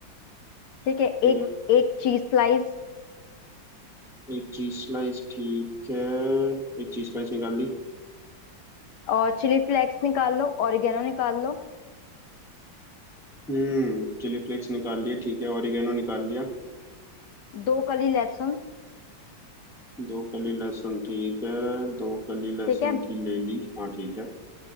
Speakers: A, on the left (about 70°); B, in the centre.
A: ठीक है एक
B: ठीक है
A: एक चीज स्लाइस
B: एक चीज स्लाइस ठीक है एक चीज स्लाइस निकाल ली
A: और चिली फ्लेक्स निकाल लो ऑरिगेनो निकाल लो
B: हम्म चिली फ्लेक्स निकाल लिए ठीक है ऑरिगेनो निकाल लिया
A: दो कली लहसुन
B: दो कली लहसुन ठीक है दो कली लहसुन
A: ठीक है
B: की ले ली हाँ ठीक है